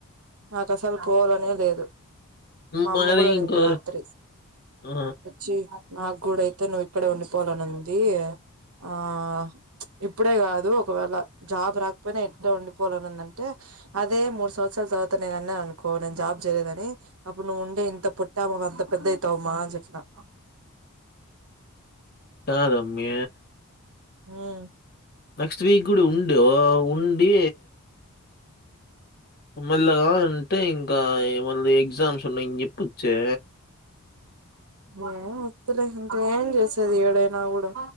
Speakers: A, on the right; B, on the left.
A: నాకు అసలు పోవాలనే లేదు మా
B: మరి
A: అమ్మ కూడా కూడా
B: ఇంకో
A: అనింది రాత్రి
B: ఆ!
A: వచ్చి నాకు క్కూడా అయితే నువ్ ఇక్కడే ఉండిపోవాలని ఉంది ఆ ప్చ్ ఇప్పుడే కాదు ఒక వేళ జాబ్ రాకపోయినా ఇక్కడే ఉండి పోవాలని ఉందంటే అదే మూడు సంవత్సరాల తర్వాత నేను అన్నాను అనుకో నేను జాబ్ చేయ్లేదు అని అప్పుడు నువ్వు అంటే ఇంత పుట్టామ అంత పెద్ద అయితా మా అని చెప్పా
B: కాదు అమ్మీ
A: ఉమ్
B: నెక్స్ట్ వీక్ కూడా ఉండు ఉండి మళ్ళాగా అంటే ఇంకా మళ్లీ ఎగ్జామ్స్ ఉన్నాయ్ అని చెప్పొచ్చే
A: ఏం వత్తులే ఇంకా ఏం చేసేది ఈడైనా కూడా